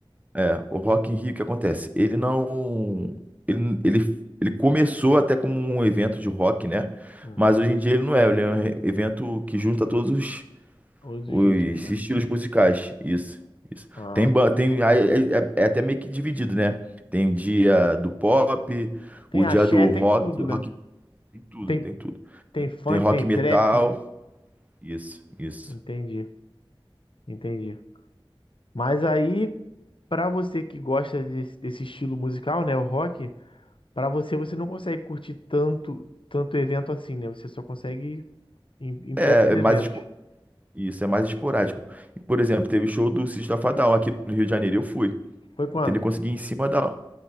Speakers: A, on the right; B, on the left.
A: é, o Rock in Rio, o que acontece? Ele não. Ele, ele, ele começou até como um evento de rock, né?
B: Hum.
A: Mas hoje em dia ele não é. Ele é um evento que junta todos
B: Os
A: Os
B: ritmos, né?
A: estilos musicais, isso, isso.
B: Ah.
A: Tem, ba- tem aí é, é- é até meio que dividido, né? Tem o dia do pop,
B: Tem
A: o
B: axé,
A: dia do rock,
B: tem tudo,
A: rock,
B: né?
A: tem tudo,
B: Tem,
A: tem tudo.
B: tem funk,
A: Tem rock
B: tem
A: metal,
B: trap.
A: isso, isso.
B: Entendi, entendi. Mas aí, pra você que gosta desse, desse estilo musical, né, o rock, pra você você não consegue curtir tanto tanto evento assim, né? Você só consegue ir em, em
A: É,
B: poucos
A: é
B: eventos.
A: mais espo- isso é mais esporádico. Por exemplo, teve show do System of a Down aqui no Rio de Janeiro, eu fui.
B: Foi quando?
A: Entendeu? Consegui ir em cima da